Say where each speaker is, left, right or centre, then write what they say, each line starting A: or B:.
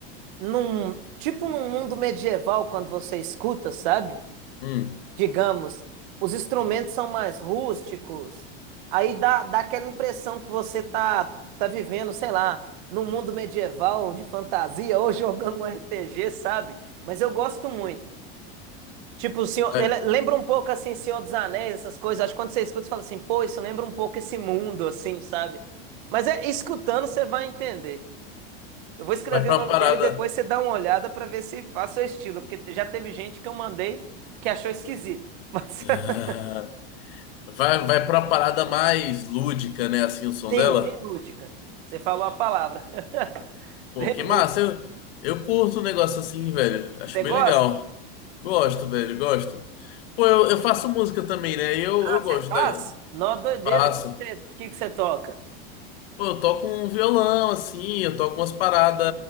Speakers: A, on the right; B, on the left.
A: num, tipo num mundo medieval quando você escuta, sabe?
B: Hum,
A: Digamos, os instrumentos são mais rústicos. Aí dá, dá aquela impressão que você tá tá vivendo, sei lá, num mundo medieval de fantasia <laughs> ou jogando um RPG, sabe? Mas eu gosto muito. Tipo, o senhor,
B: vai,
A: ele lembra um pouco assim, Senhor dos Anéis, essas coisas. Acho que quando você escuta, você fala assim, pô, isso lembra um pouco esse mundo, assim, sabe? Mas é escutando, você vai entender. Eu vou escrever
B: vai pra
A: o nome
B: uma parada.
A: dela e depois
B: <laughs>
A: você dá uma olhada pra ver se faz seu estilo, porque já teve gente que eu mandei que achou esquisito. Mas
B: Ah,
A: <laughs>
B: Vai, vai pra uma parada mais lúdica, né? Assim, o som
A: sim,
B: dela.
A: bem lúdica. Você falou a palavra. <laughs>
B: Pô,
A: Bem
B: que
A: lúdica.
B: massa. Eu, eu curto um negócio assim, velho. Acho
A: Você
B: bem
A: gosta?
B: legal. Gosto, velho, gosto. Pô, eu, eu faço música também, né? E Eu,
A: Ah,
B: eu gosto
A: você faz?
B: da.
A: Nó doideira,
B: Faço.
A: o que que você, que que você toca?
B: Pô, eu toco um violão, assim, eu toco umas paradas.